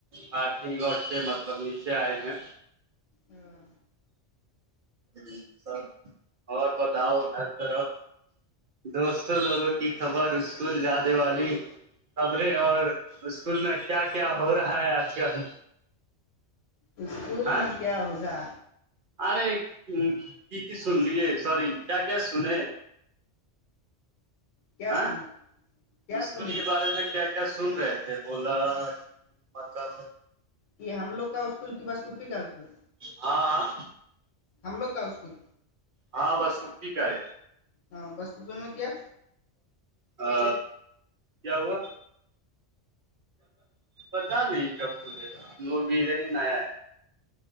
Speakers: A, on the right; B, on the left.
A: پارکنگ لاٹ پہ مطلب نیچے آئے ہیں
B: ہاں
A: جی س اور بتاؤ ہر طرف دوستوں لوگوں کی خبر اسکول جدے والی خبریں اور اسکول میں کیا کیا ہو رہا ہے آج کل
B: اسکول
A: ہاں
B: میں کیا ہوگا
A: ارے کی کی سن لیے سوری کیا کیا سن
B: کیا
A: ہ
B: سنے کیا
A: اسکول
B: سنے
A: کے بارے میں کیا کیا کیا سن رہے تھے بولا مطلب
B: یہ ہم لوگ کا اسکول کی بس کپی کا اسکول
A: ہاں ہاں
B: ہم لوگ کا اسکول
A: ہاں بس کپی کرے
B: ہاں بس کپو میں کیا
A: ہ کیا ہوا پتا نہیں کیابولے گا لوگ بھی ادھر ہی نیا ہے